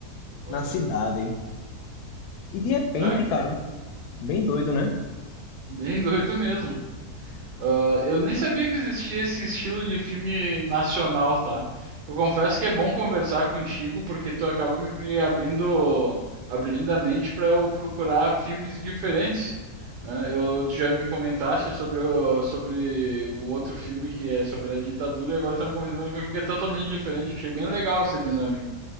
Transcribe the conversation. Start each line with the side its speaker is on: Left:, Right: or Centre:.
Right: Olha,
Left: na cidade. E de repente,
Right: cara,
Left: cara, bem doido, né?
Right: bem <laughs> doido mesmo. Ah, eu nem sabia que existia esse estilo de filme nacional, tá? Eu confesso que é bom conversar contigo porque tu acaba me abrindo, abrindo a mente para eu procurar filmes diferentes, né? Eu tu já me comentaste sobre o, sobre o outro filme que é sobre a ditadura e agora estamos comentando um filme que é totalmente diferente. Achei bem legal essa dinâmica.